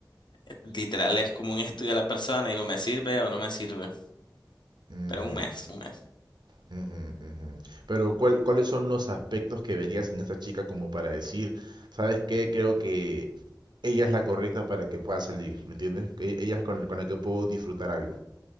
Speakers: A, on the left (about 75°); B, on the right (about 75°).
A: eh, literal es como un estudio a la persona y digo, ¿me sirve o no me sirve?
B: ujú,
A: Pero un mes, un mes.
B: ujú, ujú. Pero ¿cuál- cuáles son los aspectos que verías en esta chica como para decir, ¿sabes qué? Creo que ella es la correcta para que pueda salir, ¿me entiendes? Que Ella es con, con la que puedo disfrutar algo.